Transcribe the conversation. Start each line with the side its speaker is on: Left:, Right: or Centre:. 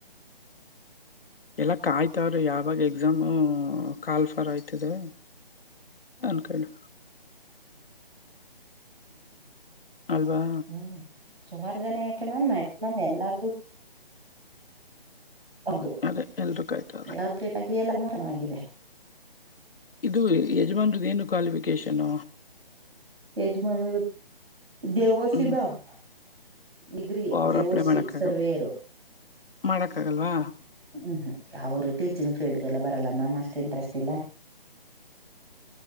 Right: ಹ
Left: ಎಲ್ಲ ಕಾಯ್ತಾವ್ರೀ ಯಾವಾಗ ಎಕ್ಸಾಮು ಕಾಲ್ಫರ್ ಆಯ್ತದೆ ಅಂದಕಳಿ ಅೌದಾ
Right: ಹ್ಮ ಸುಮಾರು ಜನ ಯಾಕೆ ಮ್ಯಾಮ್ ಮ್ಯಾಕ್ಸಿಮಮ್ ಎಲ್ಲಾರ್ದು ಹೌದು
Left: ಅದೇ ಎಲ್ರೂ ಕಾಯ್ತವ್ರ
Right: ಯಾರದ್ರೇಕಾಗಿ ಎಲ್ಲ ಮ ಆಾಗಿದೆ
Left: ಇದು ಯಜಮಾನ್ರದ ಏನು ಕ್ವಾಲಿಫಿಕೇಶನ್
Right: ಎಜ ಮಾಡ ದೇವಸಿ
Left: ಹ್ಮ್
Right: ಮ್ಯಾಮ್ ಡಿಗ್ರಿ
Left: ಅವ್ರು
Right: ಜೆಓ
Left: ಅಪ್ಲೈ
Right: ಸಿಿ
Left: ಮಾಡಕ್
Right: ಸರ್ವೇಯರು
Left: ಆಗಲ್ಲ ಮಾಡಕ್ ಆಗಲ್ವಾ
Right: ಹ್ಮ್ ಹ್ಮ್ ಅವರು ಟೀಚಿಂಗ್ ಫೀಲ್ಡ್ಗೆಲ್ಲ ಬರಲ್ಲ ಮಾಮ್ ಅಷ್ಟು ಇಂಟ್ರೆಸ್ಟ್ ಇಲ್ಲ